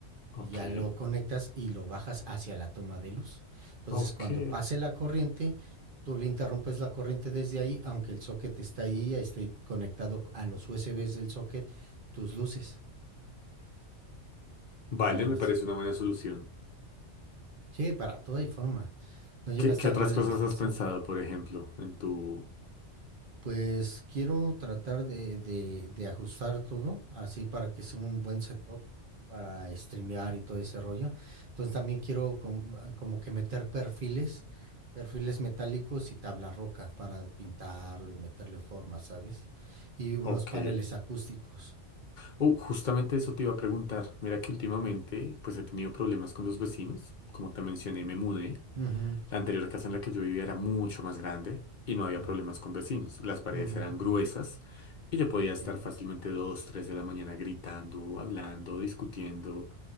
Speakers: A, on the left (about 50°); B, on the right (about 50°).
A: Ok.
B: y ya lo conectas y lo bajas hacia la toma de luz. Entonces,
A: Ok.
B: cuando pase la corriente, tú le interrumpes la corriente desde ahí, aunque el socket está ahí, esté conectado a los USBs del socket, tus luces,
A: Vale,
B: como
A: me
B: ves.
A: parece una buena solución.
B: Sí, para toda y forma. No llegaste
A: ¿Qué, qué
B: a
A: otras
B: ver el
A: cosas
B: espacio.
A: has pensado, por ejemplo, en tu...
B: Pues quiero tratar de, de, de ajustar todo así para que sea un buen setup para streamear y todo ese rollo. Entonces también quiero com- a- como que meter perfiles, perfiles metálicos y tabla roca para pintarlo y meterle forma, ¿sabes? Y unos
A: Ok.
B: paneles acústicos.
A: Oh, justamente eso te iba a preguntar. Mira que últimamente, pues he tenido problemas con los vecinos. Como te mencioné, me mudé.
B: Ujú,
A: La anterior casa en la que yo vivía era mucho más grande y no había
B: Pero,
A: problemas con vecinos. Las paredes
B: ujú,
A: eran gruesas y yo podía
B: ok,
A: estar fácilmente dos, tres de la mañana gritando, hablando, discutiendo.